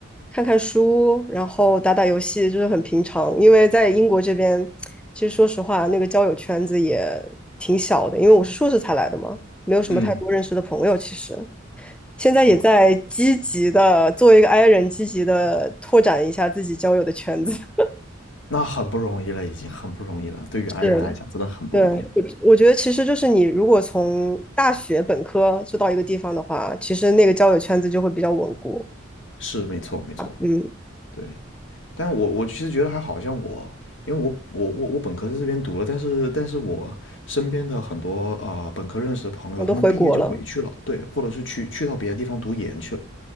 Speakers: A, in the centre; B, on the left (about 70°).
A: 看看书，然后打打游戏，就是很平常。因为在英国这边，其实说实话，那个交友圈子也挺小的，因为我是硕士才来的嘛，没有什么太多认识的朋友，
B: 嗯，
A: 其实。现在也在积极的作为一个
B: 啊，
A: i 人，积极的拓展一下自己交友的圈子。<laughs>
B: 那很不容易了，已经很不容易了。对于爱人来讲，
A: 是，
B: 真的很不容易了。
A: 对，我我觉得其实就是你如果从大学本科就到一个地方的话，其实那个交友圈子就会比较稳固。
B: 是，没错，没错。
A: 嗯，
B: 对，但我我其实觉得还好像我，因为我我我我本科在这边读了，但是但是我身边的很多啊本科认识的朋友，
A: 我都回国了，
B: 他们毕业就回去了，对，或者是去去到别的地方读研去了，